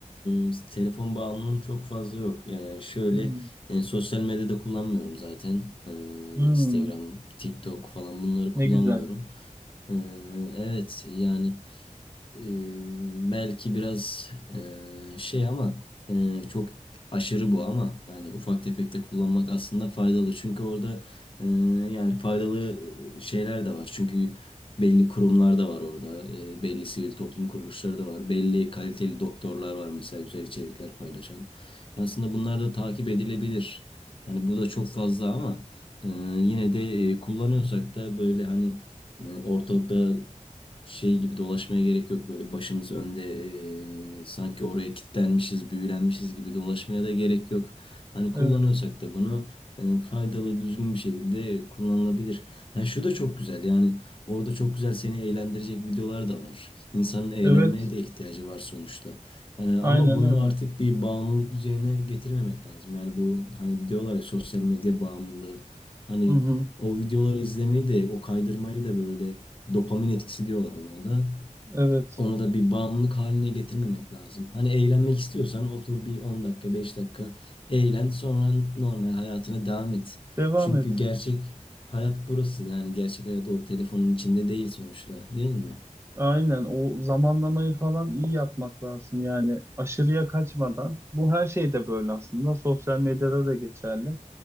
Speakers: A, on the left; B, on the right.
A: eee, telefon bağımlılığım çok fazla yok. Eee, şöyle
B: Hmm,
A: eee, sosyal medyada kullanmıyorum zaten. Eee,
B: hmm,
A: Instagram, TikTok falan bunları kullanmıyorum.
B: ne güzel.
A: Eee, evet yani e, belki biraz e, şey ama e, çok aşırı bu ama yani ufak tefek de kullanmak aslında faydalı. Çünkü orada e, yani faydalı şeyler de var. Çünkü belli kurumlar da var orada. E, belli sivil toplum kuruluşları da var. Belli kaliteli doktorlar var mesela güzel içerikler paylaşan. Yani aslında bunlar da takip edilebilir. Hani bu da çok fazla ama e, yine de e, kullanıyorsak da böyle hani e, ortalıkta şey gibi dolaşmaya gerek yok. Böyle başımız önde eee, sanki oraya kilitlenmişiz, büyülenmişiz gibi dolaşmaya da gerek yok. Hani
B: Evet.
A: kullanıyorsak da bunu eee, faydalı, düzgün bir şekilde kullanılabilir. Yani şu da çok güzel. Yani orada çok güzel seni eğlendirecek videolar da var. İnsanın eğlenmeye
B: Evet.
A: de ihtiyacı var sonuçta. Eee, ama
B: Aynen
A: bunu
B: öyle.
A: artık bir bağımlılık düzeyine getirmemek lazım. Yani bu hani diyorlar ya sosyal medya bağımlılığı. Hani
B: Hı hı.
A: o videoları izlemeyi de, o kaydırmayı da böyle Dopamin etkisi diyorlar ona da.
B: Evet.
A: Onu da bir bağımlılık haline getirmemek lazım. Hani eğlenmek istiyorsan otur bir 10 dakika, 5 dakika eğlen sonra normal hayatına devam et.
B: Devam
A: Çünkü
B: et.
A: gerçek hayat burası. Yani gerçek hayat o telefonun içinde değil sonuçta, değil mi?
B: Aynen. O zamanlamayı falan iyi yapmak lazım. Yani aşırıya kaçmadan. Bu her şeyde böyle aslında. Sosyal medyada da geçerli.